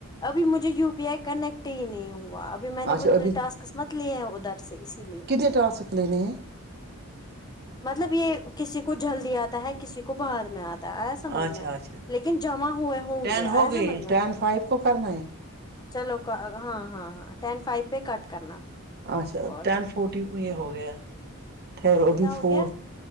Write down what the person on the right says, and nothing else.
اچھا
ابھی
کتنے ٹاسک لینے
اچھا
اچھا
ٹین
ہو
گئی
ٹین فائیو کو کرنا ہے
اچھا
ٹین فورٹی یہ ہو گیاب
فور